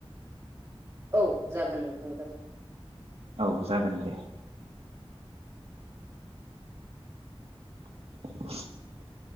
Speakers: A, on the right (about 30°); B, on the right (about 80°).
A: औ जागोन नोंथां जागोन।
B: औ जागोन दे। <inaudible>